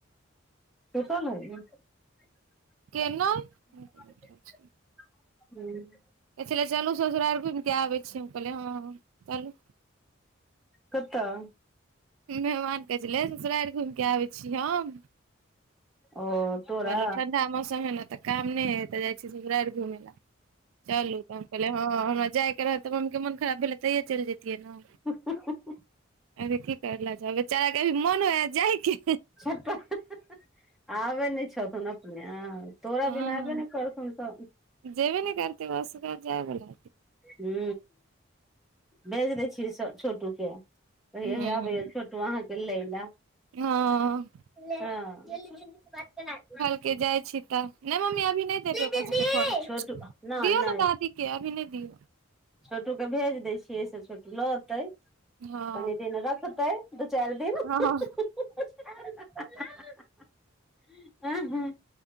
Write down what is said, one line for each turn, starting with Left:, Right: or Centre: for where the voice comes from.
Centre: सुतल रहय।
Right: केना
Centre: हू।
Right: कहे छले चलू ससुराइर घुमिके आबै छी हम कहलियै हँ चलू।
Centre: कतऽ?
Right: मेहमान कहै छले ससुराइर घुमि के आबै छी हम।
Centre: ओ। तोरा
Right: चलू ठण्डा मौसम हइ ने तऽ काम नहि हे तऽ जाइ छी ससराइर घुमय लए चलू तब कहलीये हँ हँ हमरा जायके रहै तऽ मम्मी के मोन खराब भेलै तैये चलि जैतियै ने।
Centre: ह, ह, ह,
Right: अभी की करला जाउ बेचारा के अभी मन होइया जायके
Centre: <unintelligible> आबै नहि छथुन अपने। तोरा
Right: हँ
Centre: बिना ऐबे नै करथुन स
Right: जेबे नै करते ओ असगर जायबला।
Centre: हू भेज दै छियै स छोटूके। कहयही
Right: हूँ
Centre: आबैया छोटू अहाँके लय ला।
Right: हँ
Centre: ले हं जल्दी दीदी से बात करा दे ना।
Right: कि जाय छी तऽ नै मम्मी अभी नहि देबै ओकरा
Centre: दीदी
Right: सबके फोन
Centre: छोटू नहि
Right: दियौ
Centre: नहि
Right: ने दादी के अभी नै दिऔ।
Centre: छोटू के भेज दै छियै से छोटू लऽ अतैय।
Right: हँ
Centre: कनि दिन रखतै दु चाइर दिन।
Right: हँ
Centre: आँ ह हा हा